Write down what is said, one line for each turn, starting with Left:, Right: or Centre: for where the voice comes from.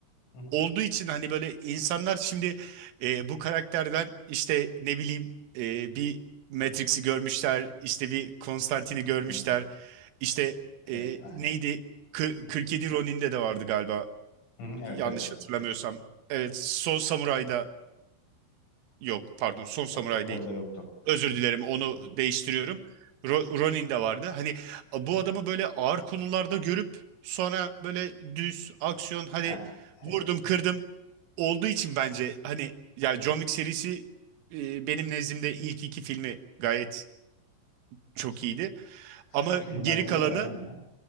Left: Hı hı.
Right: olduğu için hani böyle insanlar şimdi e, bu karakterden işte ne bileyim e, bir Matrix'i görmüşler, işte bir Konstantine'i görmüşler,
Left: Hı hı.
Right: işte
Left: E, evet
Right: e,
Left: aynen.
Right: neydi Kı- 47 Ronin'de de vardı galiba
Left: Hı hı, evet
Right: yanlış
Left: evet evet.
Right: hatırlamıyorsam. Evet Son Samuray'da yok pardon Son Samuray'da
Left: O- orada yoktu.
Right: Özür dilerim onu
Left: Hı hı.
Right: değiştiriyorum. Ro- Ronin de vardı. Hani bu adamı böyle ağır konularda görüp sonra böyle düz aksiyon hani
Left: Heh,
Right: vurdum
Left: evet.
Right: kırdım olduğu için bence hani ya John Wick serisi e, benim nezdimde ilk iki filmi gayet çok iyiydi. Ama
Left: Kötü
Right: geri
Left: filmler değiller
Right: kalanı
Left: aynen ya.